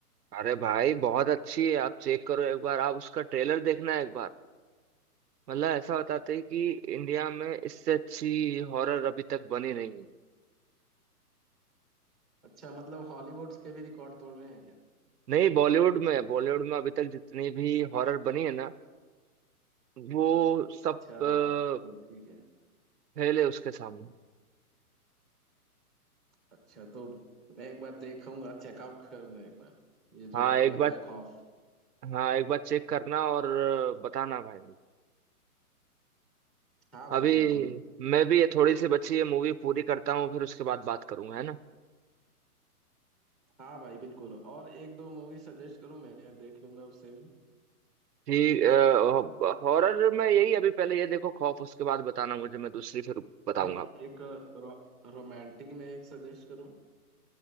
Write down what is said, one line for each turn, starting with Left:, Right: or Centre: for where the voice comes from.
Right: अरे भाई बहुत अच्छी है आप चेक करो एक बार आप उसका ट्रेलर देखना एक बार मतलब ऐसा बताते हैं कि इंडिया में इससे अच्छी हॉरर अभी तक बनी नहीं
Centre: अच्छा मतलब हॉलीवुड के भी रिकॉर्ड तोड़ रहे हैं क्या
Right: नहीं बॉलीवुड में बॉलीवुड में अभी तक जितनी भी हॉरर बनी है ना वो सब
Centre: अच्छा
Right: अ,
Centre: तो ठीक है
Right: फेल है उसके सामने
Centre: अच्छा तो मैं एक बार देखूंगा चेकआउट करूंगा एक बार ये
Right: हाँ
Centre: जो आपने
Right: एक
Centre: बताया
Right: बार
Centre: खौफ
Right: हाँ एक बार चेक करना और अ, बताना भाई मुझे
Centre: हाँ भाई
Right: अभी
Centre: बिल्कुल
Right: मैं
Centre: और
Right: भी ये
Centre: भी-
Right: थोड़ी सी बची है
Centre: एक-
Right: मूवी पूरी करता हूँ फिर उसके बाद बात करूंगा है ना
Centre: हाँ भाई बिल्कुल और एक दो मूवी सजेस्ट करूँ मैं देख लूंगा उससे भी
Right: ठीक हॉरर में यही अभी पहले ये देखो खौफ उसके बाद बताना मुझे मैं दूसरी फिर बताऊंगा
Centre: भाई
Right: आपको
Centre: एक रो, रोमांटिक में एक सजेस्ट करूँ